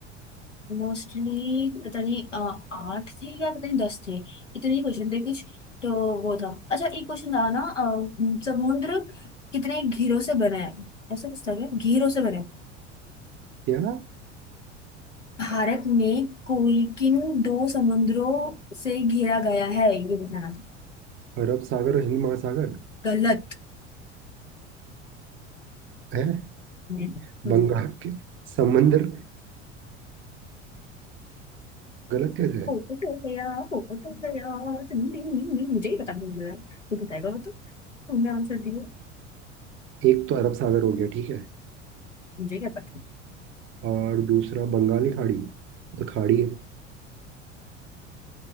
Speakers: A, on the left; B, on the right.
A: मोस्टली पता नहीं अ, आठ थे या पता नहीं दस थे इतने ही क्वेश्चन थे कुछ तो वो था अच्छा एक क्वेश्चन था ना अ, समुद्र कितने घेरों से बना है ऐसा कुछ था क्या घेरों से बना है
B: क्या
A: भारत में कोई किन दो समुद्रों से घिरा गया है ये बताना था
B: अरब सागर और हिंद महासागर
A: गलत
B: है
A: है मुझे
B: बंगाल के समंदर गलत कैसे है
A: 보고 보세요, 보고 보세요. 등등등등 मुझे ही पता नहीं है तू बताएगा वो तो तुमने आंसर दिया
B: एक तो अरब सागर हो गया ठीक है
A: मुझे क्या पता
B: और दूसरा बंगाली खाड़ी तो खाड़ी है